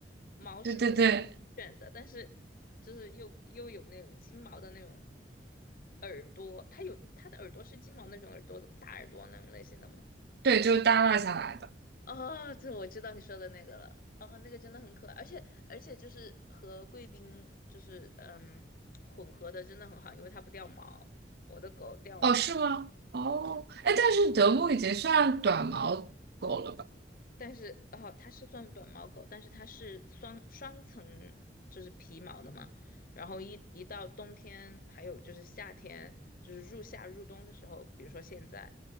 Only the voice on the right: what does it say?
对对对。
对，就是耷拉下来的。
哦，是吗？哦，
哎，但是德牧已经算短毛狗了吧？